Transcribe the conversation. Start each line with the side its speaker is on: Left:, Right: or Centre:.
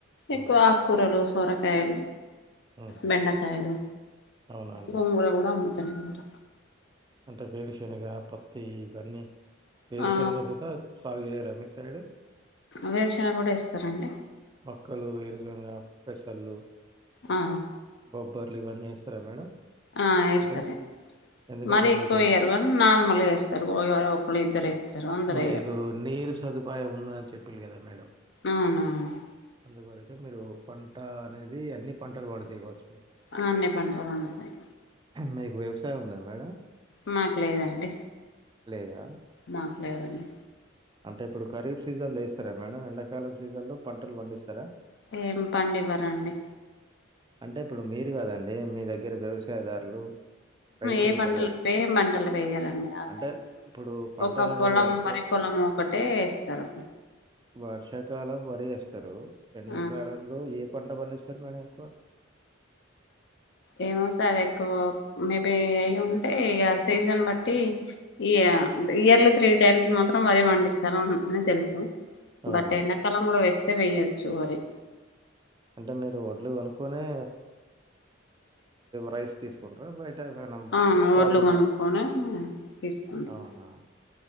Right: ఉమ్
Left: ఎక్కువ అక్కురాలు సొరకాయలు
Right: ఉహు
Left: బెండకాయలు
Right: అవునా అండి
Left: గోంగూర కూడా అమ్ముతానే ఉంట
Right: అంటే వేరుశనగ పత్తి ఇవన్నీ వేరుశనగ
Left: ఆ
Right: చూత సాగు చేయరా మి సైడు
Left: వేరుశనగ కూడా ఏస్తారండి
Right: మొక్కలు ఏ విధంగా పెసళ్ళు
Left: ఆ
Right: బొబ్బర్లు ఇవన్నీ వేస్తారా మేడం
Left: ఆ ఎస్తారు
Right: అంటే ఎందుకంటే
Left: మరి ఎక్కువ
Right: మీకు నీ
Left: అయ్యారు గానీ నార్మల్ వేస్తారు ఒకళ్లు ఇద్దరు వేస్తారు అందరు
Right: మీకు
Left: ఎయ్యరు
Right: నీరు సదుపాయం ఉన్నది అని చెప్పి లు కదా మేడం
Left: అవును అవును
Right: అందువరక మీరు పంట అనేది అన్ని పంటలు పండుతాయి గావచ్చు మీరు
Left: ఆ అన్ని పంట పండుతాయి
Right: మీకు వ్యవసాయం ఉందా మేడం
Left: మాకు లేదండి
Right: లేదా
Left: మాట్లేదండి
Right: అంటే ఇప్పుడు ఖరీఫ్ సీజన్లు ఏస్తారా మేడం ఎండాకాలం సీజన్ లో పంటలు పండిస్తారా
Left: ఏం పండివ్వరండి
Right: అంటే ఇప్పుడు మీరు కాదండి మీ దగ్గర వ్యవసాయదారులు రైతులు
Left: ఏ
Right: ఉంటారు
Left: పంటలు
Right: కదా
Left: ఏ పంటలు వేయరండి ఆ
Right: అంటే
Left: టైం
Right: ఇప్పుడు పంటలు
Left: ఒక
Right: అనేది
Left: పొలం వరి
Right: వ-
Left: పొలం ఒకటే వేస్తారు
Right: వర్షాకాలం వరి వేస్తారు ఎండాకాలంలో
Left: ఆ
Right: ఏ పంట పండిస్తారు మేడం ఎక్కువ
Left: ఏమో సార్ ఎక్కువ మేబి అయి ఉంటే ఇగ సీజన్ బట్టి ఇగ ఆ ఇయర్లీ త్రీ టైమ్స్ మాత్రం వరి పండిస్తారు అని తెలుసు
Right: అవునా
Left: బట్ ఎండాకాలం కూడా వేస్తే వేయ్యొచ్చు వరి
Right: అంటే మీరు ఒడ్లు కొనుక్కునే రైస్ తీసుకుంటార బయట ఎక్కువ గోనం
Left: అవును
Right: షాపింగ్
Left: ఒడ్లు కొనుక్కొని తీసుకుంటాం
Right: అవునా